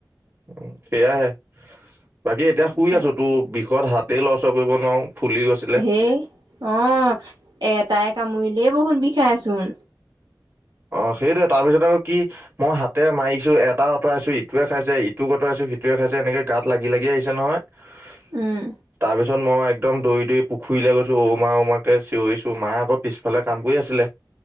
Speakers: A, on the right; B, on the right.
A: উম, সেয়াহে বাকী এতিয়া শুই
B: তাক
A: আছো তোৰ বিষত হাতেই লৰচৰ কৰিব নোৱাৰো ফুলি গৈছে।
B: হেই অ, এ-এটাই কামুৰিলেই বহুত বিষাইচোন।
A: অ, সেইটোয়ে তাৰপিছত আকৌ কি মই হাতে মাৰিছো এটা অঁতৰাইছো ইটোৱে খাইছে ইটোক অতৰাইছো সিটোৱে খাইছে এনেকে গাত লাগি - লাগি আহিছে নহয়। তাৰপিছত
B: উম
A: তাৰপিছত মই একদম দৌৰি - দৌৰি পুখুৰীলৈ গৈছো ওমা ওমাকৈ চঞৰিছো মা আকৌ পিছফালে কাম কৰি আছিলে।